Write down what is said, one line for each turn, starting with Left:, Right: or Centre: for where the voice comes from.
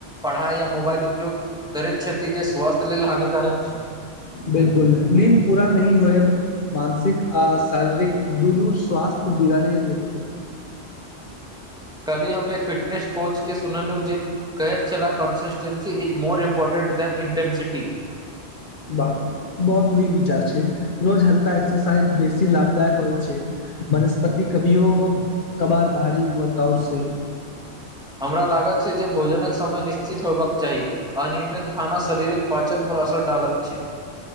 Centre: पढ़ाई या मोबाइल उपयोग करैत छथि जे स्वास्थ्य लेलऽ हानिकारक छै
Left: बिल्कूल नीद पूरा नी होय मानसिक आ शारीरिक दुनू स्वास्थ्य बिगाड़ि छथिन
Centre: कली हम एक फिटनेस कोच के सुनलहु ज कहैत छलाह consistency is more important than intensity
Left: वाह। बहुत नीक विचार छै रोज हल्का एक्सरसाइज बेसी लाभदायक होइ छै। वनस्पति कभि हो कभार भार वर्क आउट से
Centre: हमरा लागत छै जे भोजनक समय निश्चित होयबाक चाही। अनियमित खाना शरीरिक पाचन पर असर डालत छै।